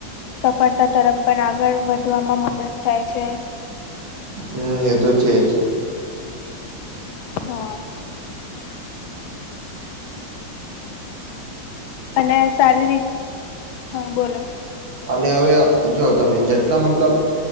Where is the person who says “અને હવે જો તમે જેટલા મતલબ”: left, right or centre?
Right